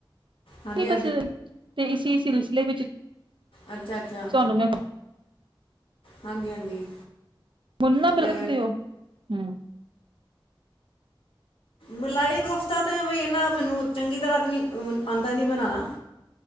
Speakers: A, on the left (about 80°); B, on the right (about 70°).
A: ਹਾਂਜੀ
B: ਪਸ ਤੇ ਇਸ <unintelligible> <unintelligible> ਵਿੱਚ
A: ਅੱਛਾਅੱਛਾ
B: ਤੁਹਾਨੂੰ ਮੈਂ
A: ਹਾਂਜੀ ਹਾਂਜੀ
B: ਮੁ ਨਾ
A: ਅਤੇ
B: ਬਲਕ ਦੇਓ ਹਮ
A: ਮਲਾਈ ਕੋਫਤਾ ਤਾਂ ਬਈ ਇਹ ਨਾ ਮੈਨੂੰ ਚੰਗੀ ਤਰ੍ਹਾਂ ਨੀ ਆਉਂਦਾ ਨੀ ਬਣਾਉਣਾ